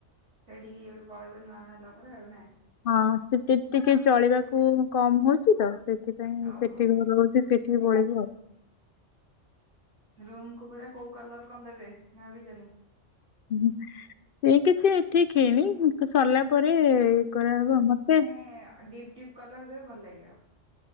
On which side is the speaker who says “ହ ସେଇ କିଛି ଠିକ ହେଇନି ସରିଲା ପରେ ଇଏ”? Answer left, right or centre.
Left